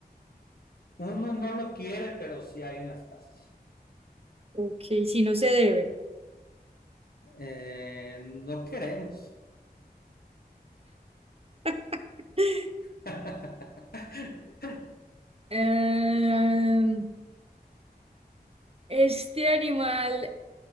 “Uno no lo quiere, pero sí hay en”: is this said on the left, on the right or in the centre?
Left